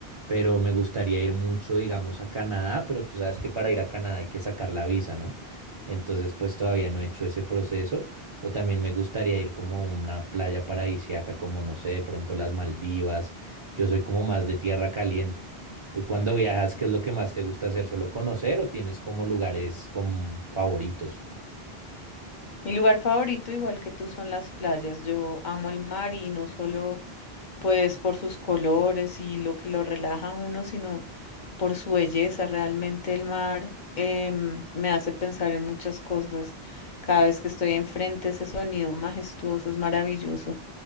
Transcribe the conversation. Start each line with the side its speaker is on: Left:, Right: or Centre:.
Right: pero me gustaría ir mucho, digamos, a Canadá, pero tú sabes que para ir a Canadá hay que sacar la visa, ¿no? Entonces pues todavía no he hecho ese proceso, o también me gustaría ir como a una playa paradisíaca, como no sé, de pronto las Maldivas, yo soy como más de tierra caliente. ¿Tú cuando viajas, qué es lo que más te gusta hacer? ¿Solo conocer o tienes como lugares como favoritos?
Left: Mi lugar favorito, igual que tú, son las playas. Yo amo el mar y no solo... pues por sus colores y lo que lo relaja a uno, sino por su belleza. Realmente el mar em, me hace pensar en muchas cosas. Cada vez que estoy enfrente, ese sonido majestuoso es maravilloso.